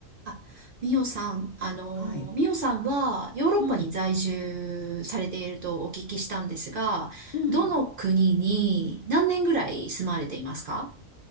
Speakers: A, on the right; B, on the left.
A: あ、ミオさん、あの、
B: はい。
A: ミオさんはヨーロッパに在住されているとお聞きしたんですが、
B: うん。うん。
A: どの国に何年ぐらい住まれていますか